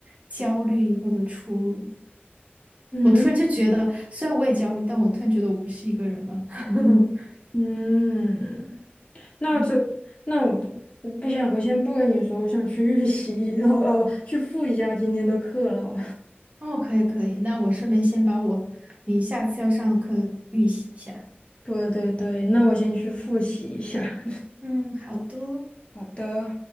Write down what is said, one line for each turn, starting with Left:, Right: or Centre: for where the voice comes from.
Right: 焦虑或者出。
Left: 嗯
Right: 我突然就觉得，虽然我也焦虑，但我突然觉得我不是一个人了。<laughs>
Left: 嗯。那这，
Right: 嗯，
Left: 那我我不想，我先不跟你说，我想去预习，然后啊不，去复一下今天的课了。
Right: 哦，可以可以，那我顺便先把我你下次要上的课预习一下。
Left: <laughs> 对对对，那我先去复习一下。
Right: 嗯，好的。
Left: <laughs> 好的。